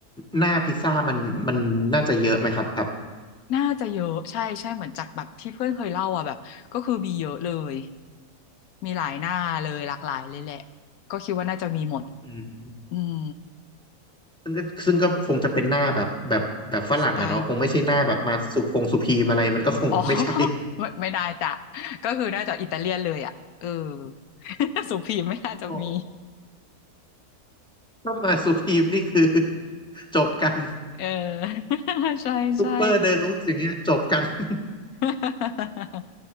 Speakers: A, in the centre; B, on the left.
A: หน้าพิซซ่ามันมันน่าจะเยอะไหมครับแบบ
B: น่าจะเยอะใช่ใช่เหมือนจากแบบที่เพื่อนเคยเล่าอ่ะแบบก็คือมีเยอะเลยมีหลายหน้าเลยหลากหลายเลยแหละก็คิดว่าน่าจะมีหมด
A: อืม
B: อืม
A: ซึ่งก็ซึ่งก็คงจะเป็นหน้าแบบแบบแบบฝรั่งอะเนาะคงไม่ใช่หน้าแบบมาสุพงสุพีมอะไรมันก็คงไม่ใช่
B: สไตล์ อ๋อ <laughs> ไม่ไม่ได้จ้ะก็คือน่าจะอิตาเลียนเลยอ่ะเออ <laughs> สุพีมไม่น่าจะมี
A: <laughs> โอ้ถ้ามาสุพีมนี่คือจบกัน
B: <laughs> เออ <laughs> ใช่ใช่
A: ซุปเปอร์เดินลุกอย่างเงี้ยจบกัน <laughs>
B: <laughs>